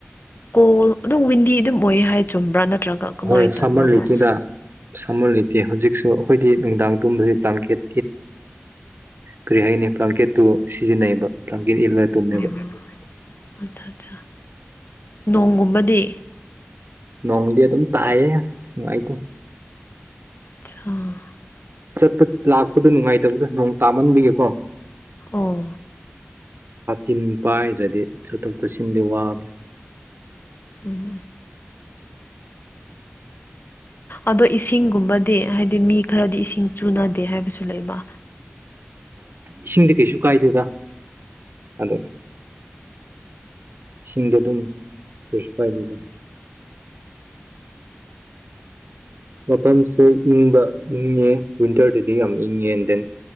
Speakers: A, on the left (about 55°); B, on the right (about 60°).
A: ꯀꯣꯜ ꯑꯗꯨꯝ ꯋꯤꯟꯗꯤ ꯑꯗꯨꯝ ꯑꯣꯏ ꯍꯥꯏ ꯆꯨꯝꯕ꯭ꯔꯥ ꯅꯠꯇ꯭ꯔꯒ ꯀꯃꯥꯏꯅ
B: ꯍꯣꯏ ꯁꯃꯟ
A: ꯇꯧꯕ꯭ꯔꯥꯀꯣ
B: ꯂꯩꯇꯦꯗ ꯁꯃꯟ ꯂꯩꯇꯦ ꯍꯧꯖꯤꯛꯁꯨ ꯑꯩꯈꯣꯏꯗꯤ ꯅꯨꯡꯗꯥꯡ ꯇꯨꯝꯕꯁꯤ ꯕ꯭ꯂꯥꯡꯀꯦꯠ ꯀꯔꯤ ꯍꯥꯏꯅꯤ ꯄ꯭ꯂꯥꯡꯀꯦꯠꯇꯣ ꯁꯤꯖꯤꯟꯅꯩꯕ ꯄ꯭ꯂꯥꯡ ꯏꯜꯂꯥ ꯇꯨꯅꯦ
A: ꯇꯨꯝꯃꯦꯕ ꯑꯠꯆꯥ ꯑꯠꯆꯥ ꯅꯣꯡꯒꯨꯝꯕꯗꯤ
B: ꯅꯣꯡꯗꯤ ꯑꯗꯨꯝ ꯆꯥꯏꯌꯦ ꯑꯥꯥꯁ ꯅꯨꯡꯉꯥꯏꯇꯣ
A: <unintelligible>
B: ꯆꯠꯄ ꯂꯥꯛ ꯗꯨ ꯅꯨꯡꯉꯥꯏꯇꯕꯗ ꯅꯣꯡ ꯇꯥꯃꯟꯕꯤꯒꯦꯀꯣ
A: ꯑꯣ
B: ꯏꯤꯟ ꯄꯥꯏꯗ꯭ꯔꯗꯤ ꯆꯠꯊꯣꯛ ꯆꯠꯁꯤꯟꯗꯤ ꯋꯥꯕꯦ
A: ꯎꯝ ꯑꯗꯣ ꯏꯁꯤꯡꯒꯨꯝꯕꯗꯤ ꯍꯥꯏꯕꯗꯤ ꯃꯤ ꯈꯔꯗꯤ ꯏꯁꯤꯡ ꯆꯨꯅꯗꯦ ꯍꯥꯏꯕꯁꯨ ꯂꯩꯕ
B: ꯏꯁꯤꯡꯗꯤ ꯀꯩꯁꯨ ꯀꯥꯏꯗꯦꯗ ꯑꯗꯣ ꯏꯁꯤꯡꯗ ꯑꯗꯨꯝ ꯀꯩꯁꯨꯀꯥꯏꯗꯨꯗ ꯃꯐꯝꯁꯦ ꯏꯪꯕ ꯏꯪꯉꯦ ꯋꯤꯟꯇꯔꯗꯗꯤ ꯌꯥꯝ ꯏꯪꯉꯦ ꯑꯦꯟ ꯗꯦꯟ